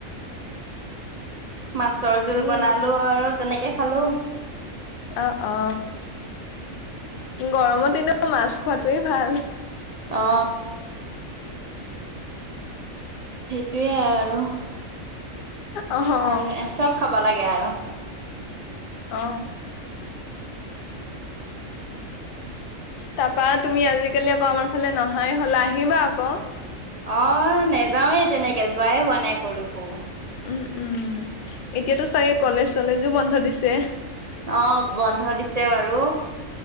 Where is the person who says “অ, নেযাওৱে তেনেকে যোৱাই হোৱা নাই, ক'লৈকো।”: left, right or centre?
Right